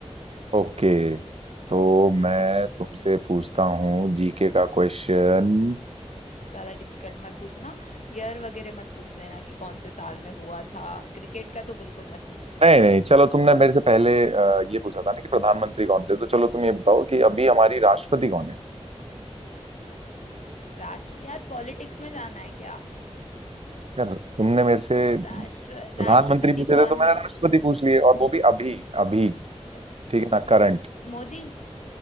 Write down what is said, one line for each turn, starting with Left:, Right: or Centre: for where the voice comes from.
Right: ओके तो
Left: हम्म
Right: मैं तुमसे पूछता हूँ जीके का क्वेश्चन
Left: ज्यादा डिफिकल्ट मत पूछना ईयर वगैरह मत पूछ लेना कि कौन से साल में हुआ था क्रिकेट का तो बिल्कुल मत पूछना
Right: नहीं नहीं चलो तुमने मेरे से पहले अ, ये पूछा था ना कि प्रधानमंत्री कौन थे तो चलो तुम ये बताओ कि अभी हमारी राष्ट्रपति कौन है
Left: राष्ट्र यार पॉलिटिक्स में जाना है क्या
Right: यार तुमने मेरे से
Left: राष्ट्र
Right: प्रधानमंत्री
Left: राष्ट्रपति
Right: पूछे
Left: कौन
Right: थे तो मैंने
Left: है
Right: राष्ट्रपति पूछ लिए और वो भी अभी अभी
Left: अ,
Right: ठीक है ना करंट
Left: मोदी